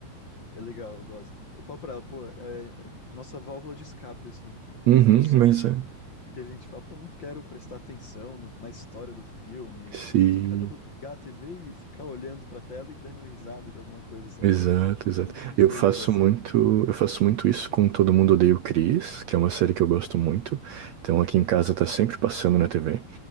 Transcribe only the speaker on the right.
Uhum,
mas
é.
Se
Exato,
exato.
Eu faço
muito, eu faço muito isso com Todo Mundo Odeia o Chris, que é uma série que eu gosto muito. Então aqui em casa tá sempre passando na TV.